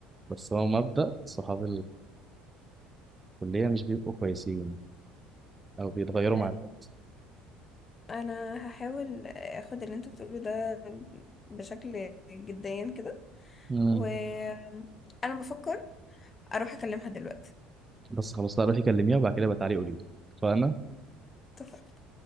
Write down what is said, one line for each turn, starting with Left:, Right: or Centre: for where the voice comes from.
Right: بس هو مبدأ صحاب الكليه مش بيبقوا كويسين او بيتغيروا
Left: آه،
Right: مع الوقت
Left: انا هحاول اخد اللي انت بتقوله ده بشكل جديا كده
Right: مم.
Left: وانا بفكر اروح اكلمها دلوقتي
Right: بس خلاص لا روحي كلميها وبعد كده بتعالي قولي لي فانا
Left: اتفقنا